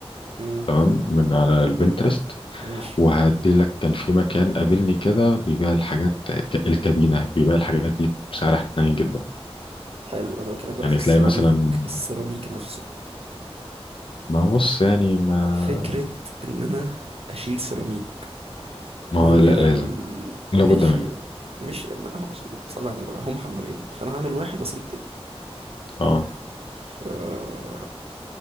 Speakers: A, on the right (about 65°); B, on the left (about 55°).
A: امم
B: تمام من على البنترست
A: ماشي
B: وهدي لك كان في مكان قابلني كده بيبيع الحاجات ك- الكابينة بيبيع الحاجات دي بسعر حنين جدا
A: حلو انا بكلمك بقى
B: يعني
A: في السيراميك
B: تلاقي مثلا
A: السيراميك نفسه
B: ما هو بص يعني ما
A: فكرة ان انا اشيل سيراميك
B: ما
A: وانقل
B: هو لا لازم
A: ال
B: لابد
A: ماشي
B: منه
A: مش ما هو صلي على النبي هم حمامين فانا هعمل واحد واسيب التاني
B: اه
A: ف